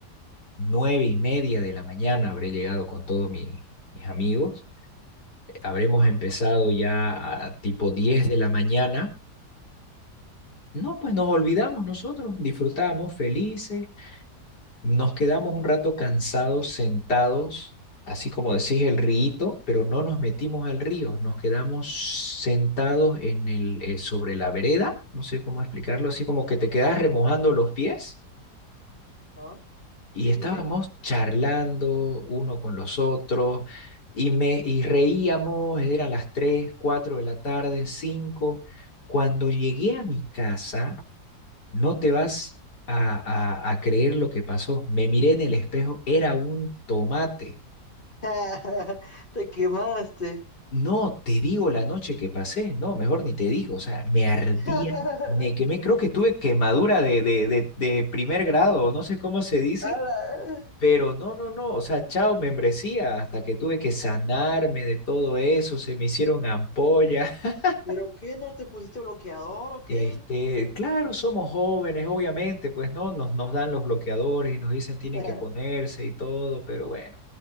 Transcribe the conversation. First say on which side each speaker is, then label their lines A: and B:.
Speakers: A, on the left (about 75°); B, on the left (about 30°).
A: nueve y media de la mañana, habré llegado con todos mi- mis amigos. Habremos
B: Ajá.
A: empezado ya a tipo 10 de la mañana. No, pues nos olvidamos nosotros, disfrutamos felices, nos quedamos un rato cansados, sentados, así como decís el río, pero no nos metimos al río, nos quedamos sentados en el, eh, sobre la vereda, no sé cómo explicarlo, así como que te quedas remojando los pies
B: Ah,
A: y
B: Sí,
A: estábamos
B: sí, sí.
A: charlando uno con los otros y me y reíamos, eran las tres cuatro de la tarde, cinco Cuando llegué a mi casa, no te vas a, a, a creer lo que pasó. Me miré en el espejo, era un tomate.
B: <laughs> Te quemaste.
A: No te digo la noche que pasé, no, mejor ni te digo, o sea, me ardía,
B: <laughs>
A: me quemé, creo que tuve quemadura de, de, de, de primer grado, no sé cómo se dice.
B: Ala.
A: Pero no, no, no, o sea, chao, membresía, hasta que tuve que sanarme de todo eso, se me hicieron ampollas. <laughs>
B: ¿Pero qué? ¿No te pusiste bloqueador o qué?
A: Este, claro, somos jóvenes, obviamente, pues no, nos, nos dan los bloqueadores y nos dicen tienen
B: <laughs>
A: que ponerse y todo, pero bueno,